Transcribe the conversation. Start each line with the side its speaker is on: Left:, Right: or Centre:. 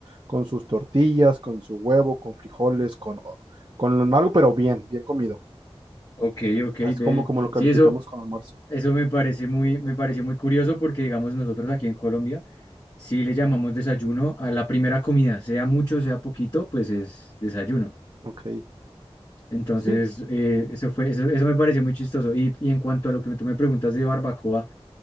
Right: con sus tortillas, con su huevo, con frijoles, con, con algo, pero bien, bien comido.
Left: Ok, ok,
Right: Así
Left: ve.
Right: como, como lo calificamos
Left: Sí, eso,
Right: con almuerzo.
Left: eso me parece muy, me pareció muy curioso porque, digamos, nosotros aquí en Colombia sí le llamamos desayuno a la primera comida, sea mucho, sea poquito, pues es desayuno.
Right: Ok.
Left: Entonces,
Right: Sí,
Left: eh, eso fue, eso, eso me pareció muy chistoso. Y, y en cuanto a lo que tú me preguntas de barbacoa,